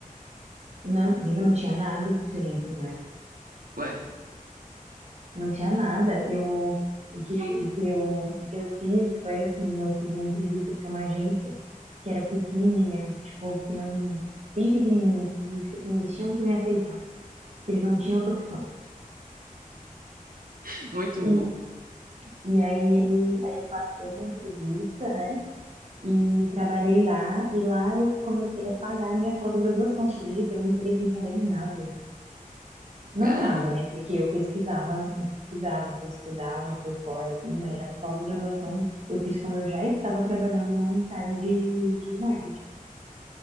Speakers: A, on the right (about 50°); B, on the right (about 75°).
A: Não, eu não tinha nada de diferente em
B: Ué,
A: Não tinha nada. Eu, o que, o que eu, o que eu fiz foi assim, eu fiz uma entrevista para uma agência que era pequenininha, tipo, que não, bem pequenininha, que tipo assim, eles tinham que me aceitar, que eles não tinham outra opção.
B: <laughs> muito
A: E,
B: bom.
A: e aí ele, aí eu passei na entrevista, né? E trabalhei lá, e lá eu comecei a pagar a minha pós-graduação, você acredita? Eu entrei sem saber nada. Não
B: Caramba.
A: nada, né? Porque eu pesquisava, eu pesquisava, eu estudava por fora, assim, mas a pós-graduação eu fiz quando eu já estava trabalhando num estágio de, de marketing.